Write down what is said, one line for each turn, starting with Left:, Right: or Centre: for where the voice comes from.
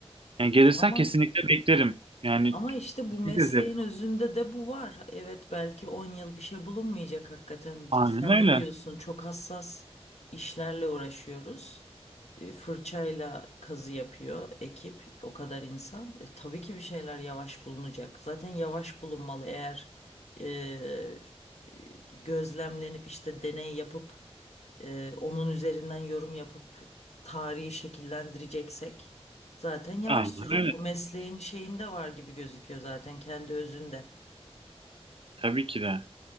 Right: Yani gelirsen
Left: Ama
Right: kesinlikle beklerim. Yani
Left: Ama işte
Right: kesinlikle
Left: bu mesleğin
Right: de.
Left: özünde de bu var. Evet belki 10 yıl bir şey bulunmayacak hakikaten.
Right: Aynen
Left: Di- Sen
Right: öyle.
Left: de diyorsun çok hassas işlerle uğraşıyoruz. E, Fırçayla kazı yapıyor ekip, o kadar insan. E, tabii ki bir şeyler yavaş bulunacak. Zaten yavaş bulunmalı eğer e, e, gözlemlenip işte deney yapıp e, onun üzerinden yorum yapıp tarihi şekillendireceksek. Zaten yavaş
Right: Aynen
Left: sürecek.
Right: öyle.
Left: Bu mesleğin şeyinde var gibi gözüküyor zaten kendi özünde.
Right: Tabii ki de.